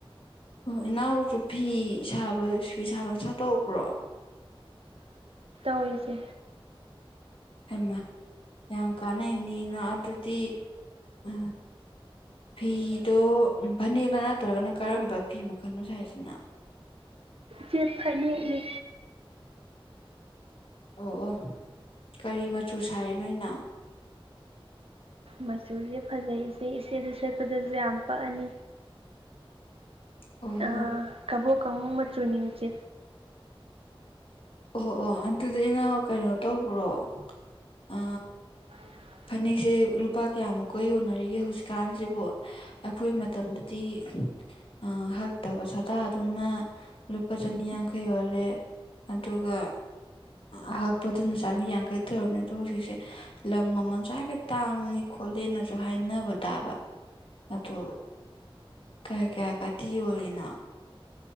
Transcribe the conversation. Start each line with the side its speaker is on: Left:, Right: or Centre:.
Left: ꯑꯣ ꯏꯅꯥꯎꯁꯨꯨꯞ ꯐꯤ ꯁꯥꯕ ꯐꯤꯁꯥ ꯂꯣꯟꯁꯥ ꯇꯧꯕ꯭ꯔꯣ
Right: ꯍꯣꯏꯒꯤ
Left: ꯍꯃ ꯌꯥꯝ ꯀꯥꯟꯅꯩꯅꯤꯅ ꯑꯗꯨꯗꯤ ꯎ ꯐꯤꯗꯣ ꯐꯅꯦꯛꯅ ꯅꯠꯇ꯭ꯔꯒꯅ ꯀꯔꯝꯕ ꯐꯤ ꯃꯈꯜꯅꯣ ꯁꯥꯏ ꯍꯥꯏꯁꯤꯅ
Right: ꯆꯦꯞ ꯐꯅꯦꯛꯅꯦ
Left: ꯑꯣ ꯑꯣ ꯀꯔꯤ ꯃꯆꯨ ꯁꯥꯔꯤ ꯅꯣꯏꯅ
Right: ꯃꯆꯨꯁꯦ ꯐꯖꯩꯁꯦ ꯏꯆꯦꯁ ꯁꯦꯠꯄꯗꯁꯨ ꯌꯥꯝ ꯄꯛꯑꯅꯤ
Left: ꯑꯣꯍꯣ
Right: ꯑ ꯀꯕꯣ ꯀꯃꯆꯨ ꯅꯤꯡꯆꯦ
Left: ꯑꯣ ꯑꯣ ꯑꯗꯨꯗꯤ ꯅ ꯀꯩꯅꯣ ꯇꯧꯕ꯭ꯔꯣ ꯑ
Right: ꯑ
Left: ꯐꯅꯦꯛꯁꯦ ꯂꯨꯄꯥ ꯀꯌꯥꯃꯨꯛꯀ ꯌꯣꯟꯅꯔꯤꯒꯦ ꯍꯧꯖꯤꯛꯀꯥꯟꯁꯤꯕꯨ ꯑꯩꯈꯣꯏ ꯃꯇꯝꯗꯗꯤ ꯑ ꯍꯛꯇꯕ ꯁꯥꯇꯥꯗꯨꯅ ꯂꯨꯄꯥ ꯆꯅꯤ ꯌꯥꯡꯈꯩ ꯑꯣꯣꯜꯂꯦ ꯑꯗꯨꯒ ꯑꯍꯛꯄꯗꯨꯅ ꯆꯥꯝꯃꯔꯤ ꯌꯥꯡꯈꯩ ꯇꯧꯔꯕꯅꯤ ꯑꯗꯣ ꯍꯧꯖꯤꯛꯁꯦ ꯃꯃꯜꯁꯨ ꯍꯥꯏꯐꯦꯠ ꯇꯥꯡꯉ ꯈꯣꯠꯂꯦꯅꯁꯨ ꯍꯥꯏꯅꯕ ꯇꯥꯕ ꯑꯗꯣ ꯀꯌꯥ ꯀꯌꯥ ꯀꯥꯇꯤ ꯌꯣꯜꯂꯤꯅꯣ